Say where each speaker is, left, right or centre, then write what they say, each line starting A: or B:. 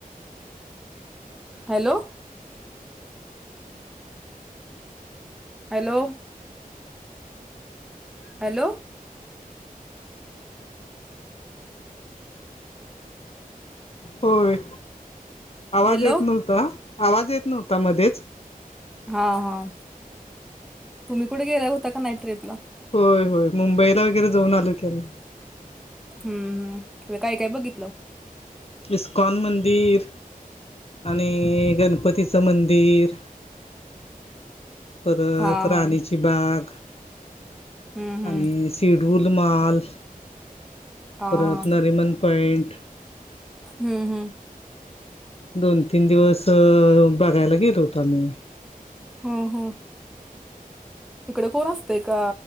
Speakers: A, in the centre; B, on the left.
A: हॅलो. हॅलो. हॅलो.
B: होय आवाज
A: हॅलो
B: येत नव्हता, आवाज येत नव्हता मध्येच.
A: हां हां तुम्ही कुठे गेल्या होता की नाही ट्रीपला?
B: होय होय मुंबईला वगैरे जाऊन आलो की आम्ही.
A: हम्म हम्म काय काय बघितलं?
B: इस्कॉन मंदिर आणि अ गणपतीचं मंदिर. परत
A: हा हा
B: राणीची बाग
A: हम्म हम्म
B: आणि सि टिडवल माल
A: हा
B: परत
A: हा
B: नरिमन पॉइंट.
A: हम्म हम्म.
B: दोन तीन दिवस अ बघायला गेलो होतो आम्ही.
A: हो हो तिकडे कोण असतेय का?